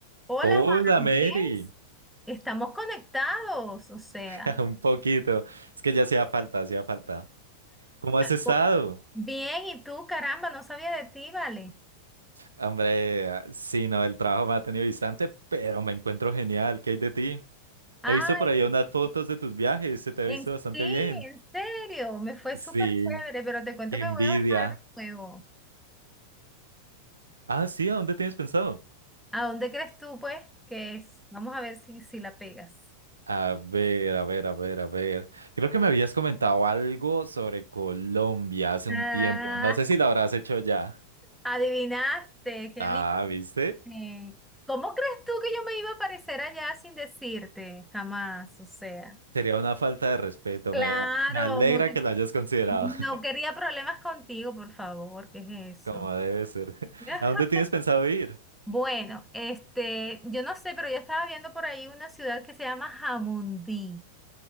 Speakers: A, in the centre; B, on the right.
A: Hola
B: Hola,
A: Juan
B: Mary.
A: Andrés, estamos conectados, o sea,
B: <laughs> Un poquito. Es que ya hacía falta, hacía falta. ¿Cómo has estado?
A: po- bien, y tú, caramba, no sabía de ti, vale.
B: Hombre, ah, sí, no, el trabajo me ha tenido distante, pero me encuentro genial. ¿Qué hay de ti?
A: Ay,
B: He visto por ahí unas fotos de tus viajes, se te ha
A: en
B: visto
A: sí,
B: bastante bien.
A: en serio, me fue
B: Sí,
A: súper chévere, pero te cuento
B: qué
A: que
B: envidia.
A: voy a bajar de nuevo.
B: Ah, sí, ¿a dónde tienes pensado?
A: ¿A dónde crees tú, pues, que es? Vamos a ver si, si la pegas.
B: A ver, a ver, a ver, a ver. Creo que me habías comentado algo sobre Colombia hace un
A: Ah,
B: tiempo. No sé si lo habrás hecho ya.
A: adivinaste, qué
B: Ah, ¿viste?
A: bien. ¿Cómo crees tú que yo me iba a aparecer allá sin decirte? Jamás, o sea.
B: Sería una falta de respeto.
A: Claro,
B: Me, me alegra
A: no quería,
B: que lo hayas considerado
A: no
B: <laughs>
A: quería problemas contigo, por favor, ¿qué es
B: como
A: eso?
B: debe ser. <laughs>
A: <laughs>
B: ¿A dónde tienes pensado ir?
A: Bueno, este, yo no sé, pero yo estaba viendo por ahí una ciudad que se llama Jamundí.